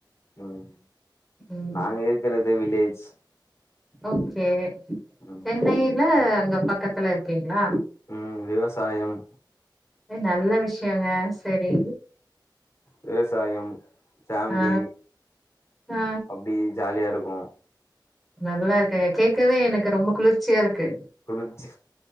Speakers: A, on the left; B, in the centre.
A: ம்
B: ம்
A: நாங்க இருக்கறது வில்லேஜ்
B: ஓகே
A: ம்
B: சென்னையில அங்க பக்கத்துல இருக்கீங்ளா
A: ம் விவசாயம்
B: ஏ நல்ல விஷயங்க சேரி
A: விவசாயம் ஃபேமிலி
B: ஆ ஆ
A: அப்டி ஜாலியா இருக்கு
B: நல்லா இருக்குங்க கேக்கவே எனக்கு ரொம்ப குளிர்ச்சியா இருக்கு
A: குளிர்ச்சி